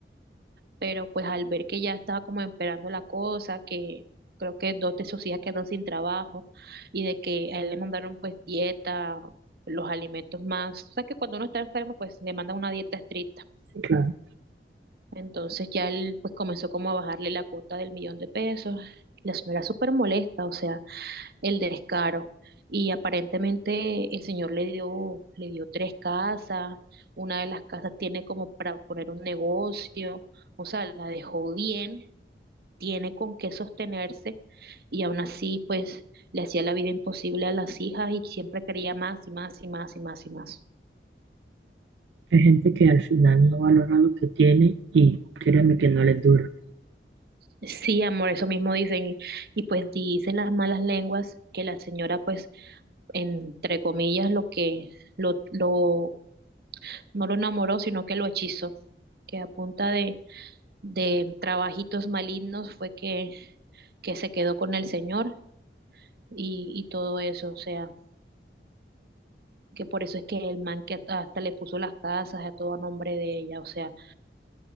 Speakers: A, on the right; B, on the right.
A: Pero pues al ver que ya estaba como empeorando la cosa, que creo que dos de sus hijas quedaron sin trabajo y de que a él le mandaron pues dieta, los alimentos más. O sea que cuando uno está enfermo, pues le mandan una dieta estricta.
B: Sí, claro.
A: Entonces ya él pues comenzó como a bajarle la cuota del millón de pesos. La señora súper molesta, o sea. el descaro. Y aparentemente el señor le dio, le dio tres casas, una de las casas tiene como para poner un negocio, o sea, la dejó bien, tiene con qué sostenerse y aún así pues le hacía la vida imposible a las hijas y siempre quería más y más y más y más y más.
B: Hay gente que al final no valora lo que tiene y créeme que no les dura.
A: Sí, amor, eso mismo dicen. Y, y pues dicen las malas lenguas que la señora, pues, entre comillas, lo que lo, lo No lo enamoró, sino que lo hechizó, que a punta de, de trabajitos malignos fue que, que se quedó con el señor y, y todo eso, o sea, que por eso es que el man que hasta, hasta le puso las casas a todo a nombre de ella, o sea,